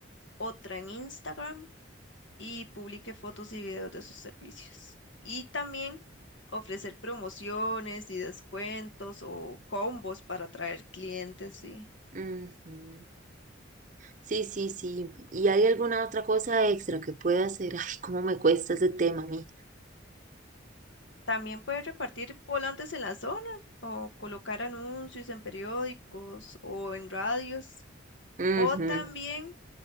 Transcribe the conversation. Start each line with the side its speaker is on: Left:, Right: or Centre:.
Left: otra en Instagram y publique fotos y videos de sus servicios. Y también ofrecer promociones y descuentos o combos para atraer clientes, sí.
Right: Ujú. Sí, sí, sí. ¿Y hay alguna otra cosa extra que pueda hacer? <laughs> Ay, cómo me cuesta ese tema a mí.
Left: También puede repartir volantes en la zona o colocar anuncios en periódicos o en radios.
Right: Ujú.
Left: O también,